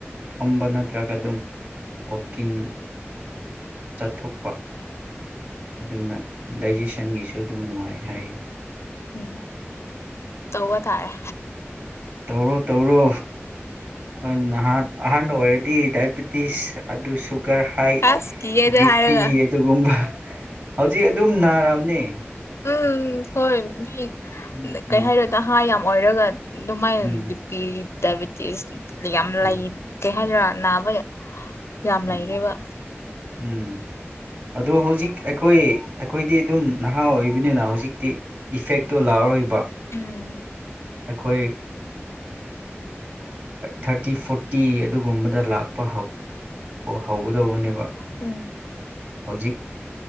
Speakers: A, on the right; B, on the left.
A: ꯐꯝꯕ ꯅꯠꯇ꯭ꯔꯒ ꯑꯗꯨꯝ ꯋꯥꯛꯀꯤꯡ ꯆꯠꯊꯣꯛꯄ ꯑꯗꯨꯅ ꯗꯥꯏꯖꯦꯁꯟꯒꯤꯁꯨ ꯑꯗꯨꯝ ꯅꯨꯡꯉꯥꯏ ꯍꯥꯏꯌꯦ
B: ꯎꯝ ꯇꯧꯕ ꯇꯥꯔꯦ
A: ꯇꯧꯔꯣ ꯇꯧꯔꯣ ꯍ ꯍꯥꯟꯅ ꯑꯣꯏ ꯍꯥꯏꯗꯤ ꯗꯥꯏꯕꯤꯇꯤꯁ ꯑꯗꯨ ꯁꯨꯒꯔ ꯍꯥꯏ
B: ꯑꯁ ꯀꯤꯌꯦꯗ
A: ꯕꯤ
B: ꯍꯥꯏꯔꯒ
A: ꯄꯤ ꯑꯗꯨꯒꯨꯝꯕ ꯍꯧꯖꯤꯛ ꯑꯗꯨꯝ ꯅꯥꯔꯑꯕꯅꯦ
B: ꯎꯝ ꯍꯣꯏ ꯃꯤ
A: ꯎꯝ
B: ꯀꯩ
A: ꯎꯝ
B: ꯍꯥꯏꯔꯣꯗ ꯍꯥꯥ ꯌꯥꯝ ꯃꯣꯏꯔꯣꯒꯥ ꯑꯗꯨꯃꯥꯏ
A: ꯎꯝ
B: ꯕꯤꯄꯤ ꯗꯥꯏꯕꯤꯦꯇꯤꯁ ꯌꯥꯝꯂ
A: ꯎꯝ
B: ꯏꯦ ꯍꯥꯏꯗꯔꯥꯠ ꯅꯥꯕ ꯌꯥꯝ
A: ꯎꯝ
B: ꯂꯩꯔꯦꯕ
A: ꯎꯝ ꯑꯗꯣ ꯍꯧꯖꯤꯛ ꯑꯩꯈꯣꯏ ꯑꯩꯈꯣꯏꯗꯤ ꯑꯗꯨꯝ ꯅꯍꯥ ꯑꯣꯏꯔꯤꯕꯅꯤꯅ ꯍꯧꯖꯤꯛꯇꯤ ꯏꯐꯦꯛꯇꯣ ꯂꯥꯛꯑꯣꯏꯕ
B: ꯎꯝ
A: ꯑꯩꯈꯣꯏ ꯊꯥꯔꯇꯤ ꯐꯣꯔꯇꯤ ꯑꯗꯨꯒꯨꯝꯕꯗ ꯂꯥꯛꯄ ꯍꯧꯒꯗꯧꯕꯅꯦꯕ
B: ꯎꯝ
A: ꯍꯧꯖꯤꯛ